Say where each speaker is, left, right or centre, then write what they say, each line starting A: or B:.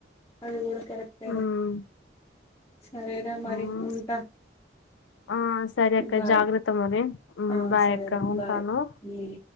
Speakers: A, on the left (about 15°); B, on the left (about 85°).
A: అది కూడా కరెక్టేరా
B: ఉమ్
A: సరేరా మరి
B: ఉమ్
A: ఉంటా
B: ఆ సరే అక్క
A: బాయ్
B: జాగ్రత్త మరి ఉ
A: ఆ
B: బాయ్
A: సరేరా
B: అక్క ఉంటాను
A: బాయ్ ఉమ్.